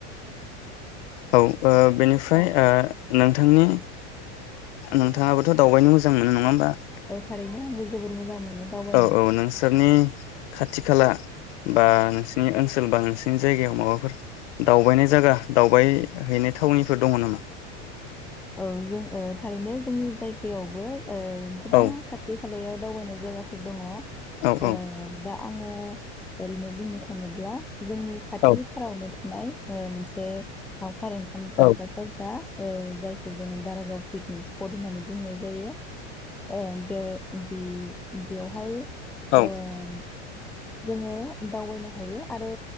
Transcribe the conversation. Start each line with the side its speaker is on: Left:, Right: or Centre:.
Left: औ । बेनिफ्राय
Centre: औ
Left: ओ नोंथांनि नोंथाङाबोथ' दावबायनो मोजां मोनो नङा होमबा ।
Centre: औ थारैनो आंबो जोबोर मोजां मोनो दावबायनो
Left: औ औ
Centre: ।
Left: नोंसोरनि खाथि खाला बा नोंसोरनि ओनसो <inaudible> नोंसिनि जायगायाव माबाफोर दावबायनाय जागा दावबाय हैैनाय थावनिफोर दङ नामा?
Centre: औ जों थारैनो जोंनि जायगायावबो ओ गोबां
Left: औ
Centre: खाथि खालायाव दावबायनाय जायगाफोर दङ ।
Left: औ
Centre: आ
Left: औ
Centre: दा आङो ओरैनो बुंनो थाङोब्ला जोंनि खाथिथारावनो
Left: औ
Centre: नाय ओ मोनसे दाव <unintelligible> ओंखाम जाग्रा
Left: औ
Centre: जायगा आ ओ जाय जोङो दारागाव पिकनिक स पद होननानै बुंनाय जायो ओ बे बि बेवहाय
Left: औ
Centre: ओम जोङो दावबायनो हायो आरो